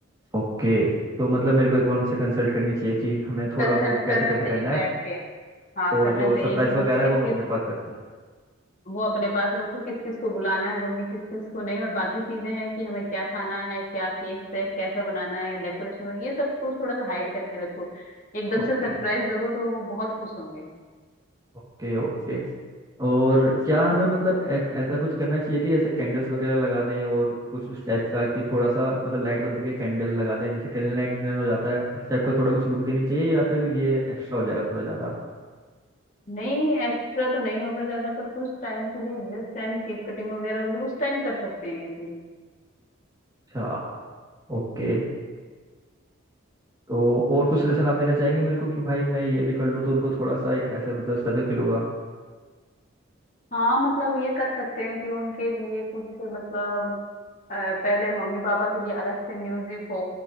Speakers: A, on the right; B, on the left.
A: ओके तो मतलब मेरे को एक बार उनसे कंसल्ट करनी चाहिए कि हमें थोड़ा
B: कंसल्ट
A: बहुत कैसे
B: करना
A: कैसे
B: चाहिए
A: करना
B: बैठ
A: है
B: के हाँ
A: और
B: करना
A: जो
B: चाहिए
A: सरप्राइज
B: कि मम्मी
A: वगैरह है
B: किस
A: वो
B: किस
A: मैं अपने पास
B: को
A: रखूँ
B: वो अपने पास रखो किस किस को बुलाना है मम्मी किस किस को नहीं और बाकी चीजें हैं कि हमें क्या खाना है क्या केक है कैसा बनाना है डेकोरेशन ये सब को थोड़ा सा हाइड करके रखो एकदम
A: Okay
B: से सरप्राइज दोगे तो वो बहुत खुश होंगे
A: okay okay और क्या हमें मतलब एक ऐसा कुछ करना चाहिए कि जैसे कैंडल्स वगैरह लगा दें और कुछ उस टाइप का कि थोड़ा सा मतलब लाइट बंद करके कैंडल लगा दें जैसे कैंडल लाइट डिनर हो जाता है उस टाइप का थोड़ा कुछ लुक देनी चाहिए या फिर ये एक्स्ट्रा हो जाएगा थोड़ा ज़्यादा
B: नहीं एक्स्ट्रा तो नहीं होगा ज्यादा पर कुछ टाइम के लिए जिस टाइम केक कटिंग वगैरह होगी उस टाइम कर सकते हैं ये चीज
A: अच्छा ओके तो और कुछ सजेशन आप देना चाहेंगे मेरे को कि भाई मैं ये भी कर लूँ तो उनको थोड़ा सा एक ऐसे मतलब स्पेशल फील होगा
B: हाँ मतलब ये कर सकते हैं कि उनके लिए कुछ मतलब अ, पहले मम्मी पापा के लिए अलग से म्यूजिक हो